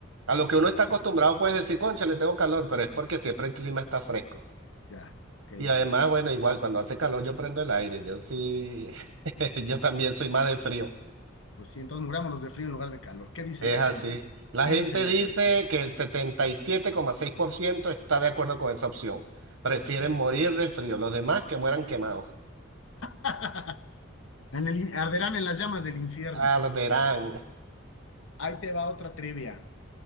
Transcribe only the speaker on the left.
muy-
ya, ok,
ok.
Pues sí, entonces murámonos de frío en lugar de calor. ¿Qué dice
la
gente?
¿Qué
dice la
gente?
Ok.
<laughs> En el, in- arderán en las llamas del infierno.
Ahí te va otra trivia.